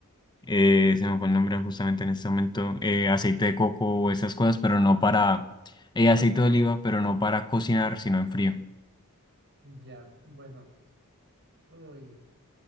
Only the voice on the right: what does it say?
ya, bueno, uy.